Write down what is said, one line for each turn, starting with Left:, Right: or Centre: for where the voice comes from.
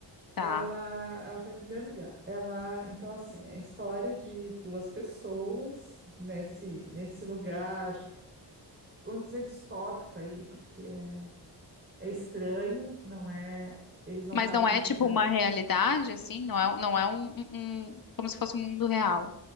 Left: tá?
Right: Ela, ela está em primeiro lugar. Ela, então, assim,
Left: Uhum.
Right: é a história de duas pessoas nesse, nesse lugar, vamos dizer distópico aí, porque é, é estranho, não é. Eles não
Left: Mas
Right: sabem
Left: não
Right: como
Left: é
Right: chegaram.
Left: tipo uma realidade, assim? Não é, não é um, um, um- como se fosse um mundo real.